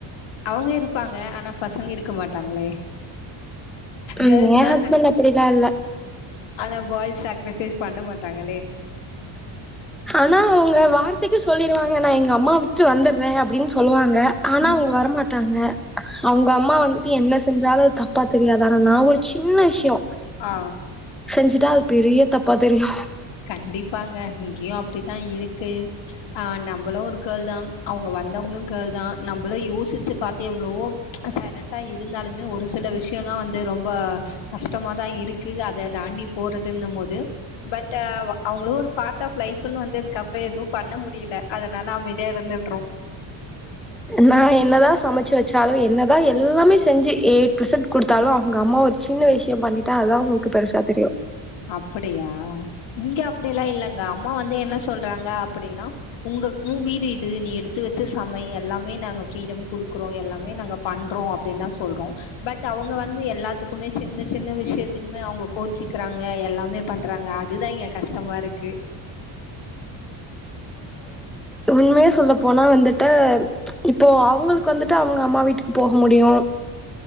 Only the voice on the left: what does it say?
அவங்க இருப்பாங்க ஆனா பசங்க இருக்க மாட்டாங்களே
கேர்ள்ஸ்
தான்
ஆனா பாய்ஸ் சாக்ரிஃபைஸ் பண்ண மாட்டாங்களே
ம்.
ஆ
கண்டிப்பாக இங்கேயும் அப்டித்தா இருக்கு ஆ நம்மளும் ஒரு கேர்ள் தான் அவங்க வந்தவங்களும் கேர்ள் தான் நம்மளும் யோசிச்சு பாத்து எவ்ளவோ சைலண்டா இருந்தாலுமே ஒரு சில விஷயலாம் வந்து ரொம்ப கஷ்டமாதான் இருக்கு அத தாண்டி போறதுன்னு போது ட அவங்களும் ஒரு பார்ட் ஆஃப் லைஃப்ன்னு வந்தது அப்பறம் ஏதும் பண்ண முடியல அதனால அமைதியா இருந்துடுறோம்
அப்படியா இங்க அப்டிலா இல்லங்க அம்மா வந்து என்ன சொல்றாங்க அப்படின்னா உங்க உ வீடு இது நீ எடுத்து வச்சு சமை எல்லாமே நாங்க ஃப்ரீடம் கொடுக்கிறோம் எல்லாமே நாங்க பண்றோ அப்டின் தான் சொல்றோ பட் அவங்க வந்து எல்லாத்துக்குமே சின்ன சின்ன விஷயத்துக்குமே அவங்க கோச்சிக்கிறாங் ஏ எல்லாமே பண்றாங்க அதுதான் இங்க கஷ்டமா இருக்கு